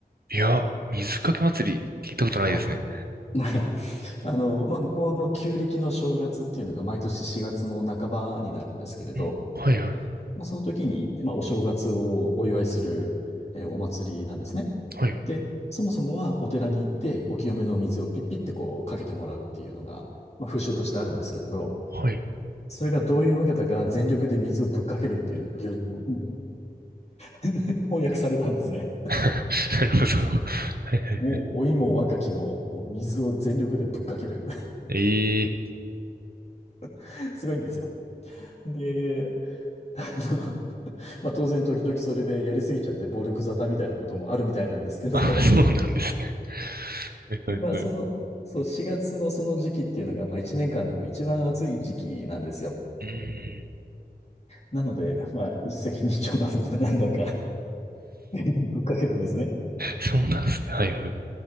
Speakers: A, on the right; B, on the left.
A: いや、水かけ祭り聞いたことないですね。
B: はい。<laughs> あの、まあ、向こうの旧暦の正月っていうのが毎年4月の半ばになるんですけれど、
A: うんはいはい。
B: まあ、その時に、まあ、お正月をお祝いする、えーお祭りなんですね。
A: はい。
B: で、そもそもはお寺に行ってお清めのお水をピッピってこうかけてもらうっていうのが、まあ、風習としてあるんですけれど、
A: はい。
B: それがどういうわけだか全力で水をぶっかけるっていう行事も <laughs> 翻訳されたんですね。
A: <laughs> なるほど。はいはい。
B: もう老いも若きも、もう水を全力でぶっかける。
A: ええ
B: <laughs> すごいんですよ。で、あの、<laughs> まあ、当然時々それでやりすぎちゃって暴力沙汰みたいなこともあるみたいなんですけど、
A: あ、そうなんですね。はいはいはい。
B: <laughs> まあその、
A: う
B: そう4月のその時期っていうのが、まあ1年間でも一番暑い時期なんですよ。
A: ーん。
B: なので、まあ一石二鳥なのか何なのか <laughs> ぶっかけるんですね。
A: そうなんですね。はいはい。